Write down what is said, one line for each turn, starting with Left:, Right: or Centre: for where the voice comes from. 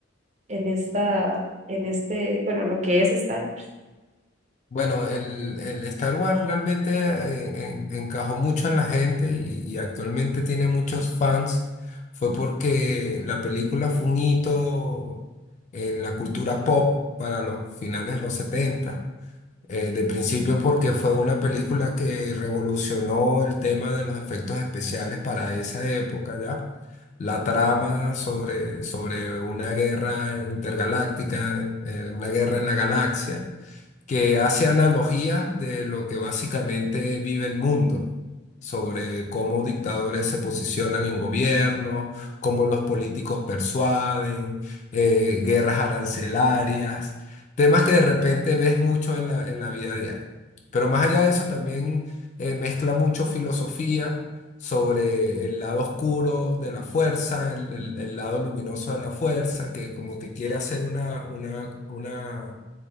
Right: en esta, en este, bueno, lo que es Star Wars.
Left: Bueno, el, el Star Wars realmente eh, en- encajó mucho en la gente y, y actualmente tiene muchos fans. Fue porque la película fue un hito en la cultura pop para los finales de los 70. eh, de principio porque fue una película que revolucionó el tema de los efectos especiales para esa época ya. La trama sobre, sobre una guerra intergaláctica, eh, una guerra en la galaxia que hace analogía de lo que básicamente vive el mundo, sobre cómo dictadores se posicionan en gobierno, cómo los políticos persuaden, eh, guerras arancelarias, temas que de repente ves mucho en la, en la vida diaria. Pero más allá de eso, también eh, mezcla mucho filosofía. sobre el lado oscuro de la fuerza, el, el- el lado luminoso de la fuerza, que como que quiere hacer una, una, una